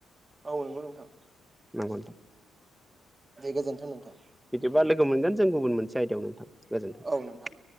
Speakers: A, on the right; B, in the centre.
A: औ नोंगौ नोंथां
B: नंगौ नोंथां
A: दे गोजोन्थों नोंथां
B: बिदिबा लोगो मोनगोन जों गुबुन मोनसे आयदायाव नोंथां गोजोन्थों
A: औ नोंथां